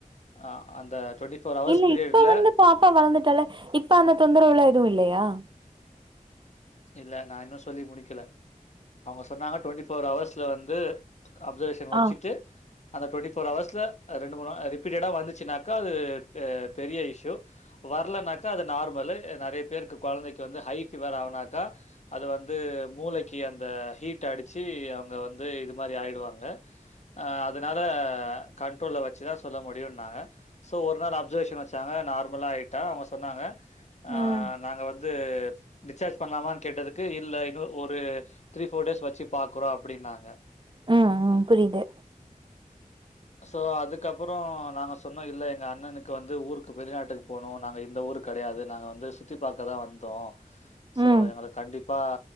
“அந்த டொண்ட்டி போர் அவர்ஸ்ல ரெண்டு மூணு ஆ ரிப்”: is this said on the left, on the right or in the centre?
Left